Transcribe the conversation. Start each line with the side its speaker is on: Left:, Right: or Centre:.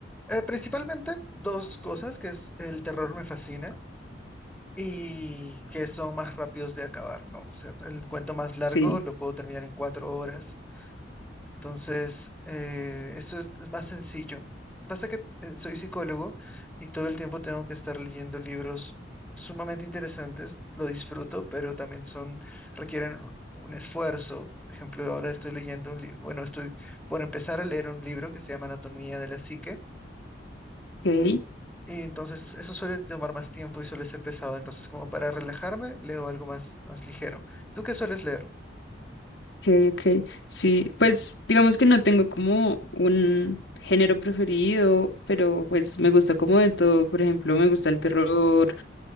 Centre: Eh, principalmente dos cosas, que es el terror me fascina y que son más rápidos de acabar, ¿no? O sea, el cuento más largo
Left: Sí.
Centre: lo puedo terminar en cuatro horas Entonces, eh, eso es, es más sencillo. Pasa que eh, soy psicólogo y todo el tiempo tengo que estar leyendo libros sumamente interesantes. Lo disfruto, pero también son, requieren un esfuerzo. Por ejemplo, ahora estoy leyendo un libro, bueno, estoy por empezar a leer un libro que se llama Anatomía de la Psique.
Left: Ok.
Centre: Y entonces eso suele tomar más tiempo y suele ser pesado. Entonces, como para relajarme, leo algo más, más ligero. ¿Tú qué sueles leer?
Left: Okay, okay, Sí, pues digamos que no tengo como un género preferido, pero pues me gusta como de todo. Por ejemplo, me gusta el terror,